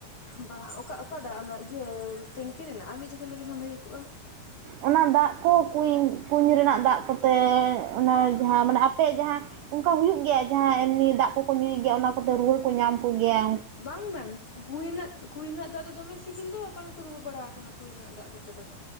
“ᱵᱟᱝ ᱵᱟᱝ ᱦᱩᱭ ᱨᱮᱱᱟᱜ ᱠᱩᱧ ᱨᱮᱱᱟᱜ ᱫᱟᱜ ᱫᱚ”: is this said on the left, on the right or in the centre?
Left